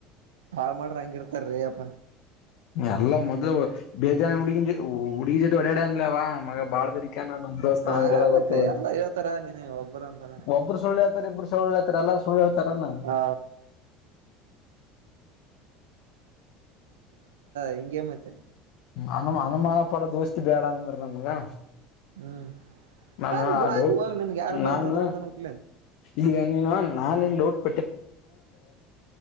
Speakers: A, on the right; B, on the left.
A: ಹಾಳ ಮಾಡರ ಅಂಗ ಇರ್ತಾರ ರಿ ಯಪ್ಪಾ
B: ಎಲ್ಲಾ ಮೊದಲ ಬೇಜಾನ ಹುಡುಗಿನ ಹುಡುಗಿ ಜೊತೆ ಹೊಡೆನ ಲೇ ಅವಾ ಬಾಳ ಬೇರಿಕಿ ಅದಕೆ ನಾ ನಮ್ಮ ದೋಸ್ತ
A: ಹಾ
B: ಅವನಿಗೆ ಎಲ್ಲಾ
A: ಮತ್ತೆ
B: ಗೊತ್ತಾದ
A: ಎಲ್ಲ ಹೇಳ್ತಾರ ನೀನ ಒಬ್ಬರ ಅಂತಾನ
B: ಒಬ್ಬರ ಸುಳ್ಳ ಇಬ್ಬರೂ ಸುಳ್ಳು ಹೇಳತಾರ್ ಎಲ್ಲರು ಹೇಳತರ್ ಏನ
A: ಆ <inaudible> ಇಂಗೆ ಮತ್ತೆ
B: ಆನ್ ಅನುಮಾನಪದೋ ದೋಸ್ತಬ್ಯಾಡಂದ್ರೆ ನಮ್ಗೆ
A: ಹ್ಮ್
B: ನಾನು
A: ನಾನ್
B: ಆ
A: ಬುಡ
B: ಡೌಟ್
A: ಆಯ್ತು ಹೋಗ ನನ್ಗೆ ಯಾರು ಬಾ
B: ನಾನು
A: ಅಂತ ಅಂತ ನಕ್ಲ
B: ಈಗ ನೀನು ನಾನು ನಿನ್ನ ಡೌಟ್